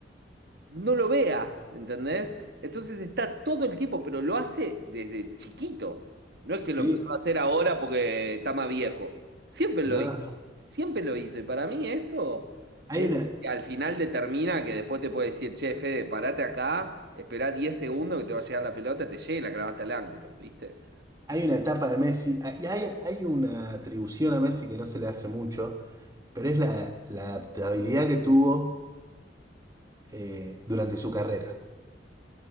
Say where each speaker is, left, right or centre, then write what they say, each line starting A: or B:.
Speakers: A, on the right (about 60°); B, on the right (about 20°).
A: no lo vea, ¿entendés? Entonces está todo el tiempo, pero lo hace desde chiquito. No es que
B: ¿Sí?
A: lo empezó a hacer ahora porque está más viejo. Siempre lo
B: No,
A: hizo,
B: no.
A: siempre lo hizo. Y para mí eso
B: Hay
A: es
B: una,
A: lo que al final determina que después te puede decir, che, Fede, parate acá, esperá 10 segundos que te va a llegar la pelota, te llega y la clavaste al ángulo, ¿viste?
B: hay una etapa de Messi, y hay, hay una atribución a Messi que no se le hace mucho pero es la, la adaptabilidad que tuvo eh, durante su carrera.